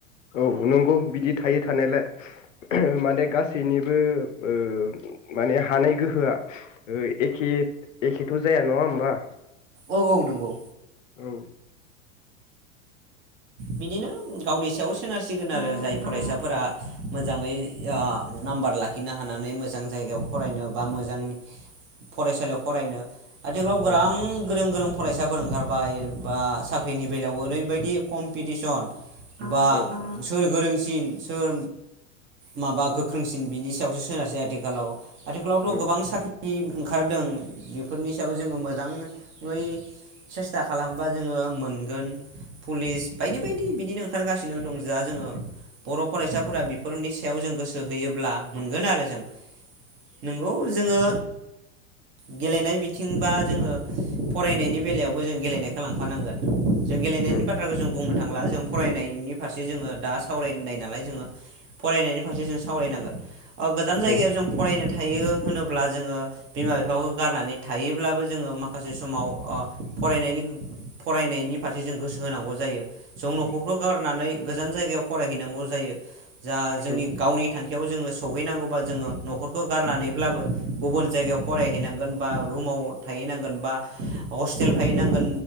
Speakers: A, on the left (about 70°); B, on the right (about 30°).
A: औ नंगौ बिदि थायो थानायलाय माने गासैनिबो ओ माने हानाय गोहोआ एखे एखेथ' जाया नङा होमबा?
B: औ औ नंगौ।
A: औ।
B: बिदिनो गावनि सायाव सोनारसिगोन आरो जाय फरायसाफोरा मोजाङै ओ नाम्बार लाखिनो हानानै मोजां जायगायाव फरायनो बा मोजां फरायसालियाव फरायनो आथिखालाव गोरां
A: औ
B: गोरों गोरों फरायसाफोर ओंखारबाय बा साख्रिनि बेलायाव ओरैबायदि कम पिटिसन बा
A: औ
B: सोर गोरोंसिन सोर माबा गोख्रोंसिन बिनि सायावसो सोनारसै आथिखालाव आथिखालावथ'
A: उम
B: गोबां साख्रि ओंखारदों बेफोरनि सायाव जोङो मोजाङै सेस्था खालामोबा जोङो मोनगोन पुलिस बायदि बायदि बिदिनो ओंखारगासिनो दं जा जोङो बर' फरायसाफोरा बेफोरनि सायाव जों गोसो होयोब्ला मोनगोन आरो जों नंगौ जोङो गेलेनाय बिथिं बा जोङो फरायनायनि बेलायावबो जों गेलेनायखौ लांफानांगोन जों गेलेनायनि
A: उम
B: बाथ्राखौ जों बुंनो थांला जों फरायनायनि फारसे जोङो दा सावरायनाय नालाय जोङो फरायनायनि फारसे जों सावरायनांगोन गोजान जायगायाव
A: औ
B: जों फरायनो थायो होनोब्ला जोङो बिमा बिफाखौ गारनानै थायोब्लाबो जोङो माखासे समाव ओ फरायनायनि फरायनायनि फारसे जों गोसो होनांगौ जायो। जों न'खरखौ गारनानै गोजान जायगायाव फरायहैनांगौ जायो जा जोंनि
A: उम
B: गावनि थांखियाव जोङो सहैनांगौबा जोङो न'खरखौ गारनानैब्लाबो गुबुन जायगायाव फरायहैनांगोन बा रुमाव थाहैनांगोन बा हस्टेल थाहैनांगोन